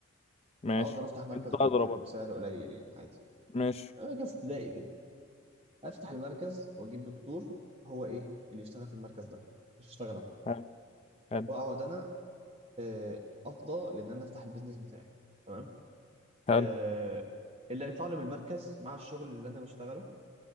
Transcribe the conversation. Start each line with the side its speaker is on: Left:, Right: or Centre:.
Left: ماشي
Right: اقدر افتح مركز
Left: انت
Right: ب...
Left: اضرب
Right: ب...
Left: برضه
Right: بسعر قليل يعني عادي
Left: ماشي
Right: آه، مركز ابتدائي كده هفتح المركز واجيب دكتور هو ايه اللي يشتغل في المركز ده مش هشتغل انا
Left: حلو حلو
Right: واقعد انا آه، افضى لان انا افتح البيزنس بتاعي تمام
Left: حلو
Right: آه، اللي هيطلع لي من المركز مع الشغل اللي انا بشتغله